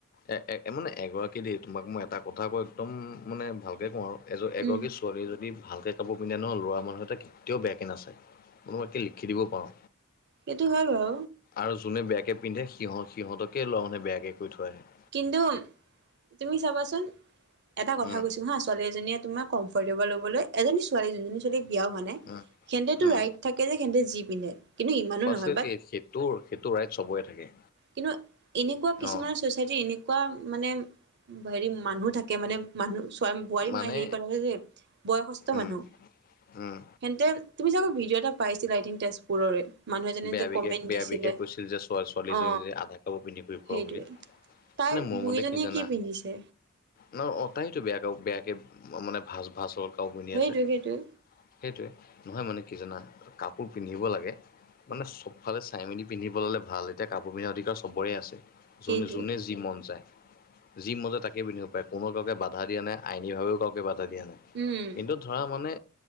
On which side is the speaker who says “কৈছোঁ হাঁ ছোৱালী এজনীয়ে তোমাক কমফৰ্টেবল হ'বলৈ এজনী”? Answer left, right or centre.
Right